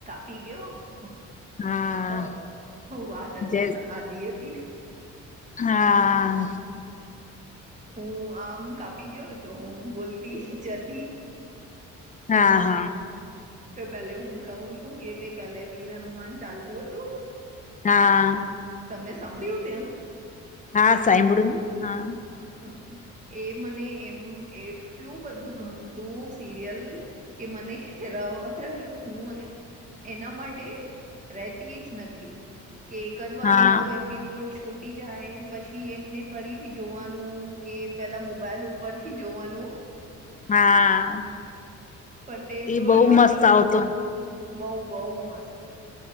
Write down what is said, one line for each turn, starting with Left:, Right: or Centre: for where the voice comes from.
Right: પી ગયો, <unintelligible>
Left: હા જે
Right: આધી હતી ને
Left: હા.
Right: હું, આમ કાપી ગયો હતો હું બોલતી જતી
Left: હા હા
Right: તો પેલે હું કહું છું કે તે પેલે વીર હનુમાન ચાલતું હતું
Left: હા
Right: તમને સાંભળ્યું હત એમ
Left: હા સાઈબુડું હા
Right: હમ એ મને એમ એટલું બધું ગમતું સિરિયલ કે મને રવો હું એના માટે રહેતી જ નથી કે એક જ વાર
Left: હા
Right: મારું એપિસોડ છોટી જાય પછી એમને ફરીથી જોવાનું કે પેલા મોબાઈલ ઉપર થી જોવાનું
Left: હા
Right: પણ તે સ્ટોરી
Left: ઈ બહુ
Right: આધી
Left: મસ્ત આવતો
Right: બઉ બહ મસ્ત